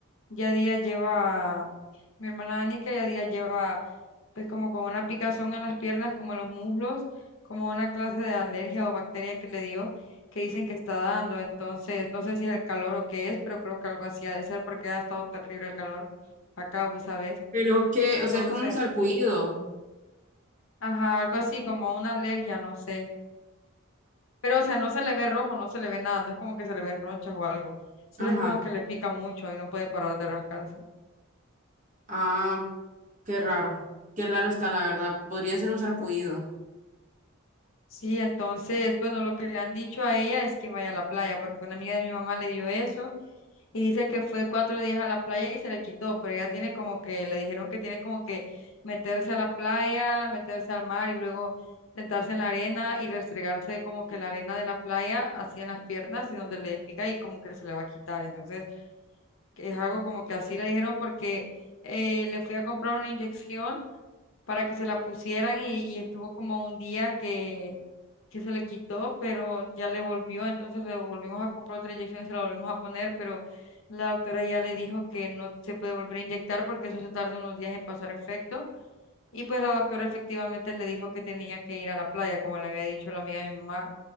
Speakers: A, on the left (about 65°); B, on the right (about 35°).
A: ya día lleva, mi hermana Anika ya día lleva pues como con una picazón en las piernas, como en los muslos, como una clase de alergia o bacteria que le dio, que dicen que está dando. Entonces, no sé si es el calor o qué es, pero creo que algo así ha de ser porque ha estado terrible el calor acá, pues, ¿sabes?
B: Pero que,
A: Entonces,
B: o sea, es como un sarpullido.
A: ajá, algo así como una alergia, no sé. Pero, o sea, no se le ve rojo, no se le ve nada, no es como que se le ven ronchas o algo. Solo
B: Ajá.
A: es como que le pica mucho y no puede parar de rascarse.
B: Ah, qué raro. Qué raro está, la verdad. Podría ser un sarpullido.
A: Sí, entonces, bueno, lo que le han dicho a ella es que vaya a la playa, porque una amiga de mi mamá le dio eso Y dice que fue cuatro días a la playa y se le quitó, pero ella tiene como que, le dijeron que tiene como que meterse a la playa, meterse al mar y luego sentarse en la arena y restregarse como que la arena de la playa así en las piernas y donde le pica y como que se le va a quitar. Entonces, que es algo como que así le dijeron porque eh, le fui a comprar una inyección para que se la pusieran y, y estuvo como un día que que se le quitó, pero ya le volvió, entonces le volvimos a comprar otra inyección y se la volvemos a poner, pero la doctora ya le dijo que no se puede volver a inyectar porque eso se tarda unos días en pasar efecto. Y pues la doctora efectivamente le dijo que tenía que ir a la playa, como le había dicho la amiga de mi mamá,